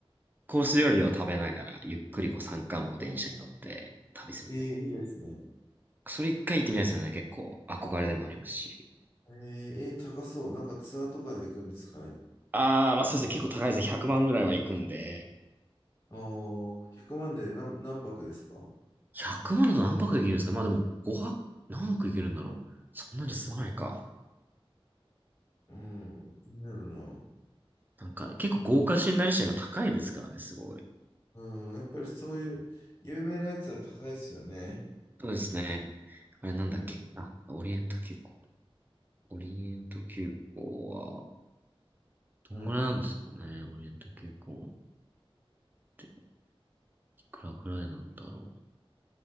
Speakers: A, on the right; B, on the left.
A: コース料理を食べながら、ゆっくりこう山間部を電車に乗って旅するみたいな。
B: お、えー、いいですね。
A: それ一回行ってみたいですよね。結構憧れでもありますし。
B: えー、えー高そう。なんかツアーとかで行くんですかね。
A: ああ、まあそうですね。結構高いですね。100万ぐらいは行くんで。
B: ああ、100万で何、何泊ですか
A: 100万だと何泊できるんですかまあでも5泊、何泊いけるんだろう。そんなに済まないか。
B: うん、気になるな。
A: なんか結構豪華シナリシア今高いですからね、すごい。
B: うん、やっぱりそういう有名なやつは高いですよね。
A: そうですね。あれなんだっけあ、
B: うん、
A: オリエント急行。オリエント急行は、どんぐらいなんですかねオリエント急行っ
B: は
A: て、いくらぐらいなんだろ